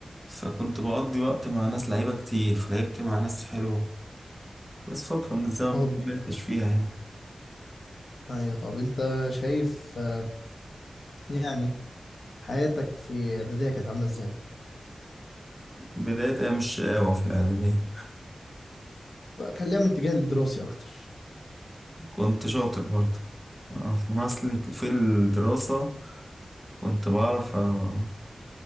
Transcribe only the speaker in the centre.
فكنت بقضي وقت مع ناس لعيبه كتير فلعبت مع ناس حلوه بس فتره من الزمن
ما كملتش فيها يعني
بدايه ايام الشقاوه في الاعداديه
كنت شاطر برضه آه، أنا أصلي في الدراسة كنت بعرف آه،